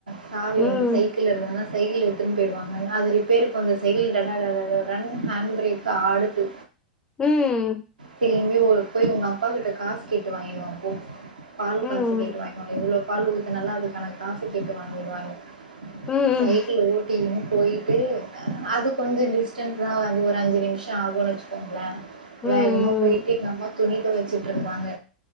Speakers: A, on the right; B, on the left.
A: சாவி
B: ம்
A: வந்து சைக்கிள் இருந்தன்னா சைக்கிள் எடுத்துன்னு போயிடுவாங்க அங் அது ரிப்பேருக்கு வந்த சைக்கில் டடா டடா டடான்னு ஹேண்ட் ப்ரேக்கு ஆடுது
B: ம்
A: திரும்பி ஊருக் போயி உங்க அப்பா கிட்ட காஸ் கேட்டு வாங்கினு வா போ பால்
B: ம்
A: காசு கேட்டு வாங்கின்னு வாங்க எவ்ளோ பால் ஊத்தனல்ல அதுக்கான காசு கேட்டு வாங்கிடுவானு
B: ம்
A: சைக்கிளு ஓட் ட்டிக்கின்னு போயிட்டு அது கொஞ்சோ டிஸ்டன்ஸ் தா வந்து ஒரு அஞ்சு நிமிஷோ ஆகுன்னு வச்சுக்கோங்களே
B: ம்
A: வேகமா போயிட்டு எங்கம்மா துணி தொவச்சிட்ருந்தாங்க